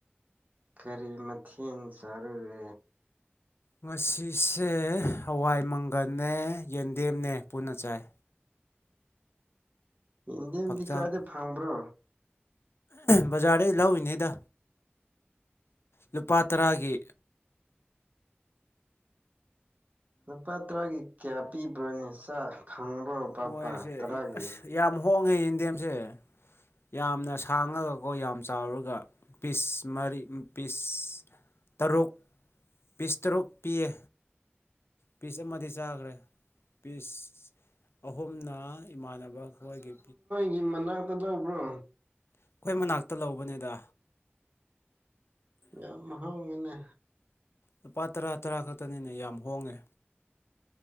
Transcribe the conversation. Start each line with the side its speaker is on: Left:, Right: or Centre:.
Right: ꯀꯔꯤ ꯃꯊꯦꯟ ꯆꯥꯔꯨꯔꯦ
Left: ꯉꯁꯤꯁꯦ ꯍꯋꯥꯏ ꯃꯪꯒꯟꯅꯦ ꯌꯦꯟꯗꯦꯝꯅꯦ ꯄꯨꯟꯅ ꯆꯥꯏ
Right: ꯌꯦꯟꯗꯦꯝꯗꯤ
Left: ꯍꯛꯆꯥꯡ
Right: ꯀꯔꯥꯏꯗ ꯐꯪꯕ꯭ꯔꯣ
Left: ꯕꯖꯥꯔꯗꯩ ꯂꯧꯔꯤꯅꯤꯗ ꯂꯨꯄꯥ ꯇꯔꯥꯒꯤ
Right: ꯂꯨꯄꯥ ꯇꯔꯥꯒꯤ ꯀꯌꯥ ꯄꯤꯕ꯭ꯔꯣ ꯌꯦꯟꯆꯥꯛ ꯐꯪꯕ꯭ꯔꯣ ꯄꯥꯛ
Left: ꯃꯣꯏꯁꯦ
Right: ꯄꯥꯛ ꯇꯔꯥꯒꯤ
Left: ꯑꯁ ꯌꯥꯝ ꯍꯣꯡꯉꯦ ꯌꯦꯟꯗꯦꯝꯁꯦ ꯌꯥꯝꯅ ꯁꯥꯡꯉꯒꯀꯣ ꯌꯥꯝ ꯆꯥꯎꯔꯒ ꯄꯤꯁ ꯃꯔꯤ ꯄꯤꯁ ꯇꯔꯨꯛ ꯄꯤꯁ ꯇꯔꯨꯛ ꯄꯤꯌꯦ ꯄꯤꯁ ꯑꯃꯗꯤ ꯆꯥꯒ꯭ꯔꯦ ꯄꯤꯁ ꯑꯍꯨꯝꯅ ꯏꯃꯥꯟꯅꯕ ꯈꯣꯏꯒꯤ
Right: ꯒꯤ ꯃꯅꯥꯛ ꯅꯛꯅꯕ꯭ꯔꯣ
Left: ꯑꯩꯈꯣꯏ ꯃꯅꯥꯛꯇ ꯂꯧꯕꯅꯦꯗ
Right: ꯌꯥꯝ ꯍꯣꯡꯉꯤꯅꯦ
Left: ꯂꯨꯄꯥ ꯇꯔꯥ ꯇꯔꯥ ꯈꯛꯇꯅꯤꯅꯦ ꯌꯥꯝ ꯍꯣꯡꯉꯦ